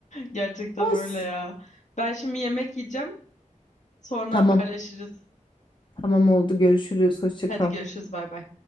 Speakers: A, on the left; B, on the left.
A: Gerçekten
B: Olsun.
A: öyle ya. Ben şimdi yemek yiyeceğim. Sonra
B: Tamam.
A: haberleşiriz.
B: Tamam oldu. Görüşürüz. Hoşça
A: Hadi
B: kal.
A: görüşürüz. Bay bay.